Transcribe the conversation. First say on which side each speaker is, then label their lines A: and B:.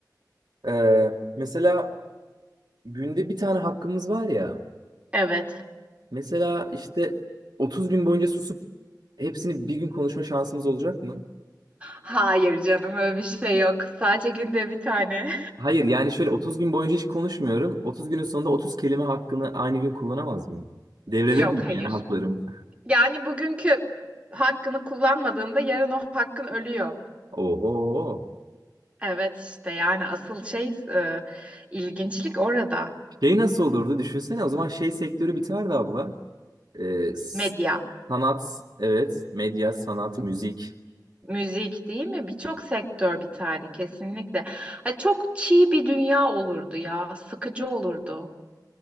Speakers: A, on the right; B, on the right.
A: Ee, mesela günde bir tane hakkımız var ya.
B: Evet.
A: Mesela işte 30 gün boyunca susup hepsini bir gün konuşma şansımız olacak mı?
B: Hayır canım öyle bir şey yok. Sadece günde bir tane.
A: Hayır yani şöyle 30 gün boyunca hiç konuşmuyorum. 30 günün sonunda 30 kelime hakkını aynı gün kullanamaz mıyım?
B: <laughs>
A: Devrede
B: Yok
A: miyim
B: hayır.
A: yani haklarım?
B: Yani bugünkü hakkını kullanmadığında yarın o hakkın ölüyor.
A: Oho.
B: Evet işte yani asıl şey e, ilginçlik orada.
A: Şey nasıl olurdu düşünsene o zaman şey sektörü biterdi abla. Ee, s-
B: Medya.
A: sanat, evet, medya, sanat, müzik.
B: müzik değil mi? Birçok sektör biterdi kesinlikle. Ha, çok çiğ bir dünya olurdu ya. Sıkıcı olurdu.